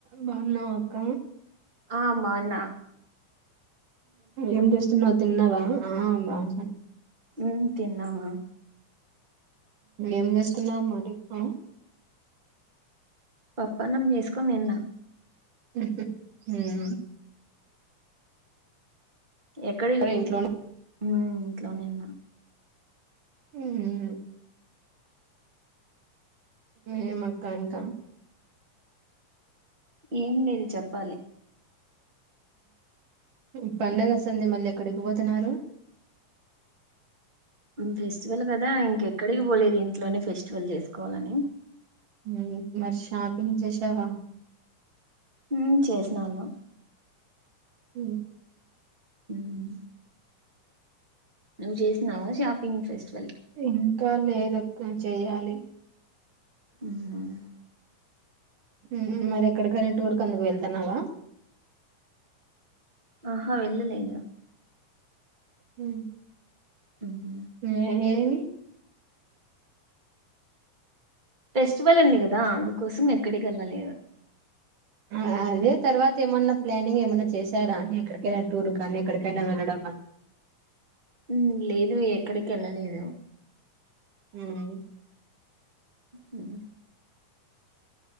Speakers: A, on the right; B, on the right.
A: బావున్నావా అక్క
B: ఆ బాన్నా
A: ఏం చేస్తున్నావు తిన్నావా ఆ బావున్న
B: ఉమ్ తిన్నామా
A: ఏం చేస్తున్నావ్ మరి ఆ
B: పప్పన్నం చేసుకొని తిన్న
A: ఉహు హు
B: ఎక్కడికి
A: మరి
B: పో
A: ఇంట్లోనే
B: హు ఇంట్లోనే ఉన్నా
A: హ్మ్మ్ ఏమక్క ఇంకా
B: ఏం లేదు చెప్పాలి
A: హ్ పండగస్తుంది
B: ఉమ్,
A: మళ్ళ ఎక్కడికి బోతున్నారు
B: ఫెస్టివల్ కదా ఇంకెక్కడికి పోలేదు ఇంట్లోనే ఫెస్టివల్ చేసుకోవాలని
A: హ్మ్ మరి షాపింగ్ చేశావా
B: ఉమ్ చేసినాను
A: ఉహ్
B: మ్మ్ నువ్వు చేసినావా షాపింగ్ ఫెస్ట్
A: ఇంకా లేదక్క చేయాలి
B: అ <inaudible>
A: ఉమ్ మరి ఎక్కడికన్న టూర్ కందుకు వెళ్తున్నావా
B: ఆహా వెళ్ళలేదు
A: హ్
B: ఉమ్.
A: ఏ ఏమి
B: ఫెస్టివల్ ఉంది కదా అందుకోసం ఎక్కడికేళ్ళలేదు
A: ఆ అదే తర్వాత ఏమన్నా ప్లానింగ్ ఏమన్నా చేశారా అని ఎక్కడికన్నా టూర్ కానీ ఎక్కడికైన వెళ్ళడం అహ్
B: హు లేదు ఎక్కడికెళ్ళలేదు
A: ఉహ్
B: హ్